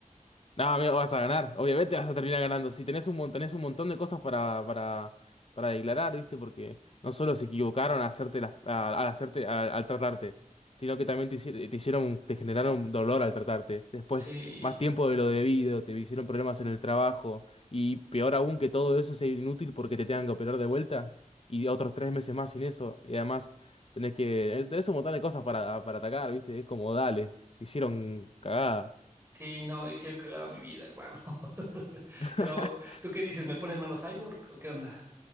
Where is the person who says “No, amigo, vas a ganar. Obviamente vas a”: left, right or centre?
Left